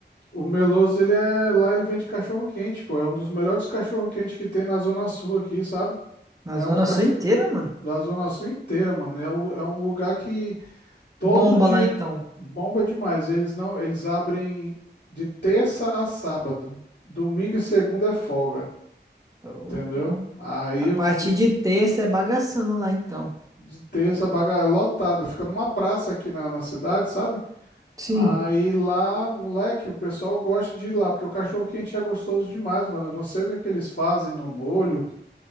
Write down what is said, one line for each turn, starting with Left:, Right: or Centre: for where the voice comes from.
Left: O meloso, ele é, lá ele vende cachorro quente, pô, é um dos melhores cachorro quente que tem na Zona Sul aqui, sabe?
Right: Na
Left: É
Right: Zona
Left: um cachorro
Right: Sul inteira, mano.
Left: da Zona Sul inteira, mano. É um, lu- é um lugar que Todo
Right: Bomba
Left: dia
Right: lá então.
Left: bomba demais. Eles não, eles abrem de terça a sábado. Domingo e segunda é folga,
Right: Pô,
Left: entendeu? Aí
Right: A partir
Left: o-
Right: de terça é bagaçando lá então.
Left: de terça a baga é lotada, fica numa praça aqui na, na cidade, sabe?
Right: Sim,
Left: Aí lá, moleque, o pessoal gosta de ir lá, porque o cachorro quente é gostoso demais, mano. Eu não sei o que é que eles fazem no molho,